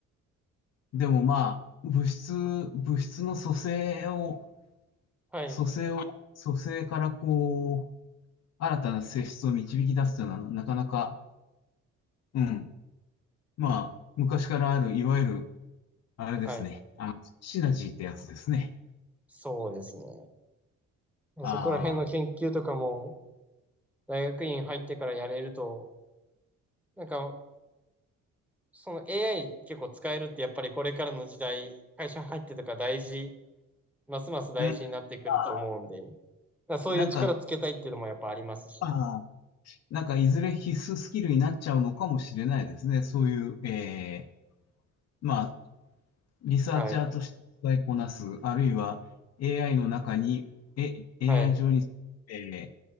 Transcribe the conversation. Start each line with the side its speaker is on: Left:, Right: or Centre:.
Left: でもまあ、物質、物質の組成を、
Centre: はい、
Left: 組成を、組成からこう、新たな性質を導き出すというのは、なかなか、うん。まあ、昔からある、いわゆるあれですね。
Centre: はい、
Left: あの、シナジーってやつですね。
Centre: そうですね。
Left: ああ、
Centre: そこら辺の研究とかも、大学院入ってからやれると、なんか、その AI 結構使えるって、やっぱりこれからの時代、会社入ってとか大事、ますます大事になってくると思うんで、
Left: うん。ああ、
Centre: だからそういう力つけたいっていうのもやっぱありますし、
Left: なんか、ああ、なんかいずれ必須スキルになっちゃうのかもしれないですね。そういう、えーまあ、リサーチャーとして使いこなす、
Centre: はい、
Left: あるいは AI の中に、え、AI
Centre: はい、
Left: 上に、えー